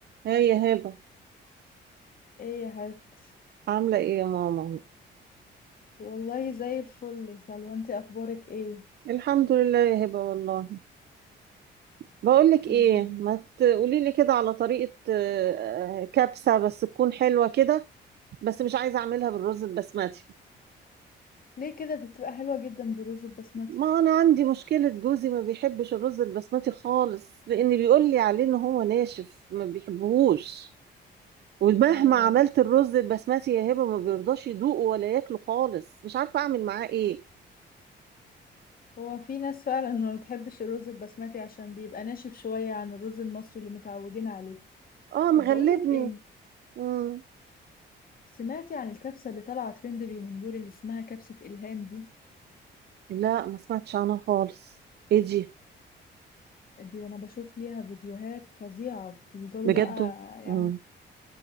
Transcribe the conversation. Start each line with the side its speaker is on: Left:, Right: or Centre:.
Right: هاي يا هبة
Left: ايه يا حبيبتي
Right: عاملة ايه يا ماما
Left: والله زي الفل يا سلوى انت اخبارك ايه
Right: الحمد لله يا هبة والله بقولك ايه
Left: الحمد لله
Right: ما تقولي لي كده على طريقة آه، آه، كبسة بس تكون حلوة كده بس مش عايزة اعملها بالرز البسمتي
Left: ليه كده دي بتبقى حلوه جدا بالرز البسمتي
Right: ما انا عندي مشكلة جوزي ما بيحبش الرز البسمتي خالص لان بيقول لي عليه ان هو ناشف ما بيحبهوش ومهما
Left: اه
Right: عملت الرز البسمتي يا هبة ما بيرضاش يدوقه ولا ياكله خالص مش عارفة اعمل معاه ايه
Left: هو في ناس فعلا ما بتحبش الرز البسمتي عشان بيبقى ناشف شويه عن الرز المصري اللي متعودين عليه
Right: اه مغلبني
Left: طب بقولك ايه
Right: مم.
Left: سمعتي عن الكبسه اللي طالعه ترند اليومين دول اللي اسمها كبسه الهام دي
Right: لا ما سمعتش عنها خالص ايه دي
Left: دي انا بشوف ليها فيديوهات فظيعه بيفضلوا
Right: بجد
Left: بقى يعم-
Right: امم